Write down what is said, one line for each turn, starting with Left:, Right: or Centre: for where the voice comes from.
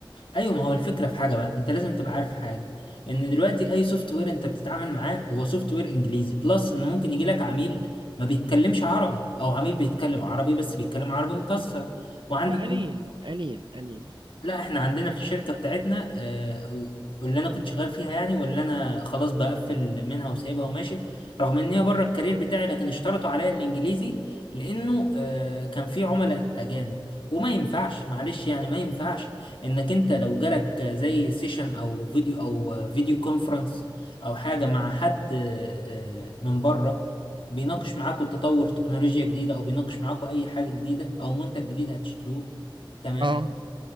Left: ايوه ما هو الفكره في حاجه بقى انت لازم تبقى عارف حاجه ان دلوقتي اي سوفت وير انت بتتعامل معاه هو سوفت وير انجليزي بلس ان ممكن يجي لك عميل ما بيتكلمش عربي او عميل بيتكلم عربي بس بيتكلم عربي مكسر وعندك
Right: لا قليل قليل قليل
Left: لا احنا عندنا في الشركة بتاعتنا آه، و- واللي انا كنت شغال فيها يعني واللي انا خلاص بقفل منها وسايبها وماشي رغم ان هي بره الكارير بتاعي لكن اشترطوا عليا الانجليزي لانه آه، كان في عملاء اجانب وما ينفعش معلش يعني ما ينفعش انك انت لو جالك زي سيشن او فيديو او فيديو كونفرنس او حاجة مع حد آه، آه، من بره بيناقش معاكوا تطور تكنولوجيا جديدة او بيناقش معاكوا اي حاجة جديدة او منتج جديد هتشتروه تمام
Right: اه